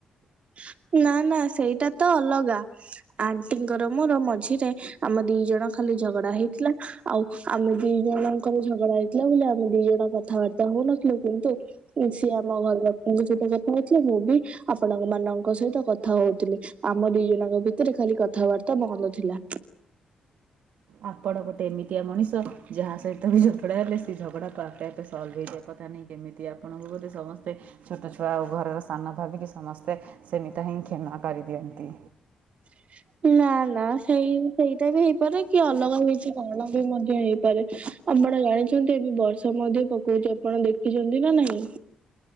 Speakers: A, on the right (about 55°); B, on the right (about 80°).
A: <unintelligible> ନା ନା ସେଇଟା ତ ଅଲଗା ଆଣ୍ଟିଙ୍କର ମୋର ମଝିରେ ଆମ ଦି ଜଣ ଖା ଝଗଡା ହେଇଥିଲା ଆଉ ଆମେ ଦି ଜଣଙ୍କର ଝଗଡା ହେଇଥିଲା ବୋଲି ଆମେ ଦି ଜଣ କଥାବାର୍ତ୍ତା ହଉ <unintelligible> କିନ୍ତୁ ସିଏ ଆମ ଘର ଲୋକଙ୍କ ସହିତ କଥା ଅଛି ମୁଁ ବି ଆପଣଙ୍କ ସାଙ୍ଗ ମାନଙ୍କ ସହିତ କଥା ହଉଥିଲି ଆମ ଦି ଜଣଙ୍କ ଭିତରେ ଖାଲି କଥାବାର୍ତ୍ତା ବନ୍ଦ ଥିଲା <inaudible>
B: ଆପଣ ଗୋଟେ ଏମିତିଆ ମଣିଷ ଯାହା ସହିତ ବି ଝଗଡ଼ା ହେଲେ ସେ ଝଗଡ଼ା ଆପେ ଆପେ ସଲଭ ହେଇଥାଏ କଥା ନାହିଁ କେମିତି ଆପଣଙ୍କୁ ସମସ୍ତେ ଛୋଟ ଛୁଆ ଆଉ ଘରର ସାନ ଭାବିକି ସମସ୍ତେ ସେମିତି ହିଁ କ୍ଷମା କରିଦିଅନ୍ତି।
A: <inaudible> ନା ନା ସେଇ ସେଇଟା ବି ହେଇପାରେ କି ଅଲଗା କିଛି କାରଣ ବି ମଧ୍ୟ ହେଇପାରେ। ଆପଣ ଜାଣିଛନ୍ତି ଏବେ ବର୍ଷ ମଧ୍ୟ ପକଉଛି ଆପଣ ଦେଖିଛନ୍ତି ନା ନାହିଁ?